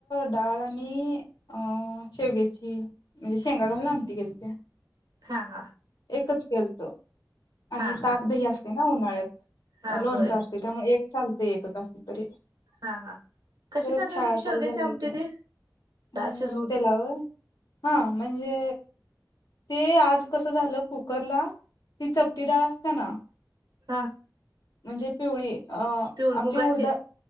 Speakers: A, on the left (about 70°); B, on the right (about 65°).
A: डाळ आणि अं शेवग्याची म्हणजे शेंगा घालून आंमटी केलत्या.
B: हा हा.
A: एकच केलतो. आणि
B: हा हा
A: ताकदही असते. उन्हाळ्यात.
B: हा
A: लोनच
B: होय
A: असते त्यामुळे एक चांल ते एकच असलं तरी
B: हा हा कशी
A: परत
B: करताय
A: शाळा
B: तुम्ही
A: चालू
B: शेवग्याची
A: झाल्या
B: आमटी
A: की,
B: ती डाळ
A: हं
B: शिजवून
A: त्यालावय, हा म्हणजे ते आज कस झालं कुकरला ती चपटी डाळ असते ना
B: हा.
A: म्हणजे पिवळी अ
B: पिवळी
A: आपली
B: मुगाची
A: उडदा